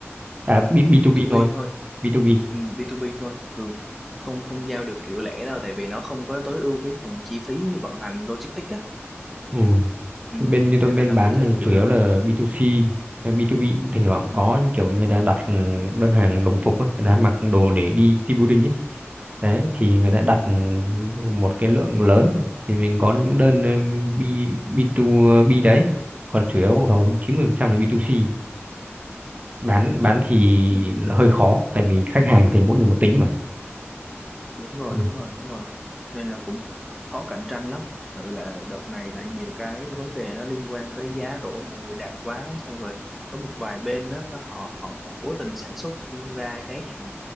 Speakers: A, on the right (about 30°); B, in the centre.
A: à B, B2B
B: B2B
A: thôi
B: thôi
A: B2B
B: ừ, B2B thôi ừ. không không giao được kiểu lẻ đâu tại vì nó không có tối ưu cái phần chi phí vận hành logistics á
A: Ừ.
B: ừ.
A: Bên như
B: nên
A: tôi bên
B: là đâu
A: bán
B: có chơi
A: thì
B: được kiểu
A: chủ yếu
B: đó
A: là B2C, à, B2B cũng thỉnh thoảng cũng
B: ừ.
A: có những kiểu người ta đặt ừ, đơn hàng đồng phục ấy, người ta mặc đồ để đi team building ấy. Đấy thì người ta đặt ừ, một cái lượng lớn thì mình có những đơn ừ, B B2B đấy. Còn chủ yếu hầu 90% là B2C. Bán bán thì
B: Ừ.
A: hơi khó tại vì khách hàng thì mỗi người một tính mà.
B: đúng rồi
A: Ừ.
B: đúng rồi đúng rồi nên là cũng khó cạnh tranh lắm Thật là đợt này là nhiều cái vấn đề nó liên quan tới giá rổ mọi người đạt quá xong rồi có một vài bên đó, nó họ, họ họ cố tình sản xuất ra cái hàng